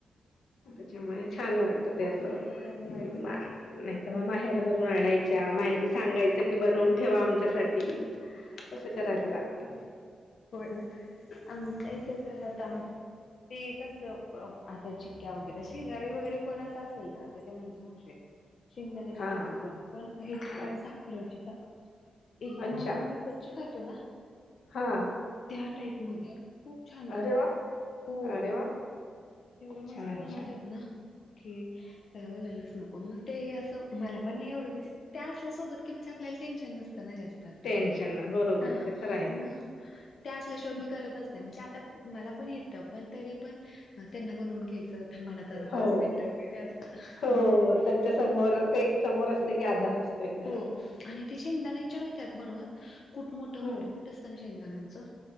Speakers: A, on the left; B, on the left.
A: त्याच्यामुळे छान वाटत ते असं
B: होय तर होय
A: नाही. तर मग माहेरा बरून आणायच्या, माहेरी सांगायच कि बनवून ठेवा आमच्यासाठी. तसं करायला लागत.
B: हो ना आम तच जात ते कसं आता चिक्क्या वगैरे शेजारी वगैरे कोण असं असेल ना तर त्या मनीषा मावशी येत्यात शेंगदाण्याची
A: हा
B: चिक्की पण पण हेच
A: अच्छ
B: साखरची साखरची एकदम
A: अच्छा
B: आपण विकतची खतो ना
A: हा
B: त्या टाईप मध्ये खूप छान लागते
A: अरे वा
B: हो
A: अरे वा
B: एवढं मस्त
A: छान
B: बनवतात
A: छान
B: ना की काय बोलालंच नको मग ते असं मला पण नाही एवडं म्हणजे त्या असल्यासोबत कि आपल्याला टेन्शन नसतं ना जास्त असतं
A: टेन्शन ना बरोबर
B: हा
A: ते तर आहे
B: मग त्या असल्याशिवर मी करतच नाही म्हणजे आता मला पण येतं पण तरी पण अ, त्यांना बोलवून घ्यायचं तर मणा तर पाच
A: हो
B: मिनटं वगैरे असं
A: हो
B: मग ते
A: त्यांच्या समोर ते एक समोर अस ला की आधार असतो एक जरा
B: हो आणि ते शेंगदाण्या यांच्यात बनवा कुठ मोठं
A: हम्म
B: मोठं कुठ असत शेंगदाण्यांचं